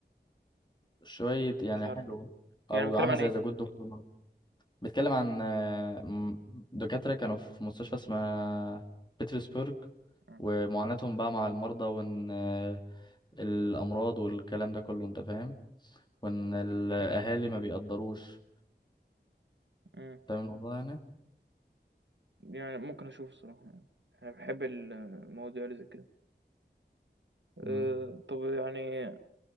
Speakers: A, on the left (about 25°); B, on the right (about 80°).
A: شوية يعني
B: مش عارفه
A: حلو
B: لأ.
A: او
B: يعني بيتكلم
A: عامل
B: عن
A: زي
B: إيه؟
A: ذا جود دكتور بيتكلم عن آه، م- دكاترة كانوا في مستشفى اسمها بيترسبرج
B: إمم،
A: ومعاناتهم بقى مع المرضى وإن آه، الأمراض والكلام ده كله أنت فاهم وإن الأهالي ما بيقدروش
B: إمم.
A: فاهم الموضوع يعني
B: يعني ممكن أشوف الصراحة يعني، أنا باحب ال المواضيع اللي زي كده. آآ
A: مم.
B: طب يعني